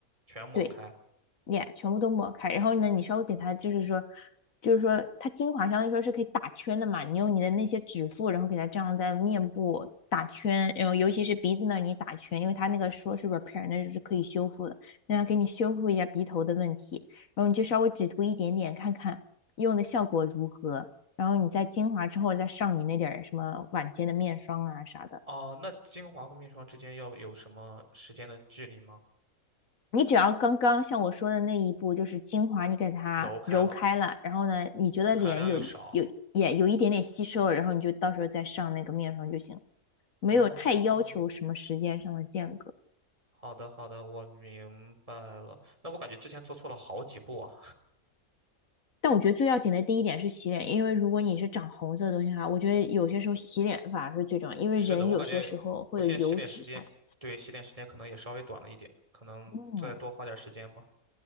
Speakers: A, on the right; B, on the left.
A: 全抹开。
B: 对，脸全部都抹开，然后呢，你稍微给它就是说，就是说它精华相当于说是可以打圈的嘛，你用你的那些指腹，然后给它这样在面部打圈，然后尤其是鼻子那儿你打圈，因为它那个说是 repair，那就是可以修复的，让它给你修复一下鼻头的问题，然后你就稍微只涂一点点看看用的效果如何，然后你在精华之后再上你那点儿什么晚间的面霜啊啥的。
A: 哦，那精华和面霜之间要有什么时间的距离吗？
B: 你只要刚刚像我说的那一步，就是精华，你给它揉开了，
A: 揉开了，
B: 然后呢，你觉得脸有一有也有一点点吸收了，
A: 含量又少。
B: 然后你就到时候再上那个面霜就行，没有太要求什么时间上的间隔。
A: 哦，好的好的，我明白了。那我感觉之前做错了好几步啊。
B: 但我觉得最要紧的第一点是洗脸，因为如果你是长红色的东西的话，我觉得有些时候洗脸反而是最重要，因为人有些时候会有油脂下体。
A: 是的，我感觉我现在洗脸时间，对，洗脸时间可能也稍微短了一点，可能再多花点时间吧。
B: 嗯，